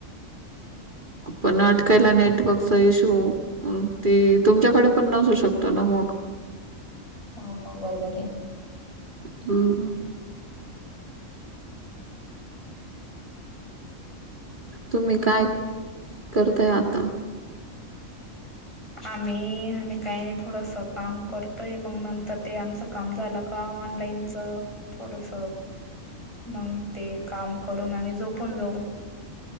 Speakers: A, on the right (about 40°); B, on the left (about 20°).
A: पण अटकायला नेटवर्कचा इश्यू. ते तुमच्याकडे पण नसू शकतो ना मग.
B: हो बरोबर आहे.
A: हम्म. तुम्ही काय, करताय आता?
B: आम्ही आम्ही काही नाही थोडंसं काम करतोय मग नंतर ते आमचं काम झालं का ऑनलाईन च, थोडस, मग ते काम करून आम्ही झोपून जाऊ.